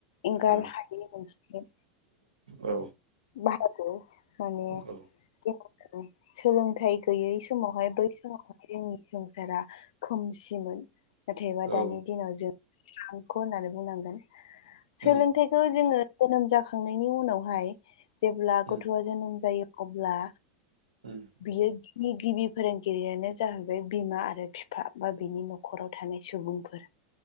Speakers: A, on the left; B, on the right.
A: एंगार
B: औ
A: हायि मोनसे
B: औ
A: <unintelligible>
B: औ
A: सोलोंथाइ गैयै समावहाय बै समावहाय जोंनि संसारा खोमसिमोन नाथायबा
B: औ
A: दानि दिनाव जों सांख' होननानै बुंनांगोन सोलोंथाइखौ
B: उम
A: जोङो जोनोम जाखांनायनि उनावहाय जेब्ला
B: उम
A: गथ'आ जोनोम जायो अब्ला
B: उम।
A: बियो गिबि-गिबि फोरोंगिरियानो जाहैबाय बिमा आरो बिफा बा बिनि न'खराव थानाय सुबुंफोर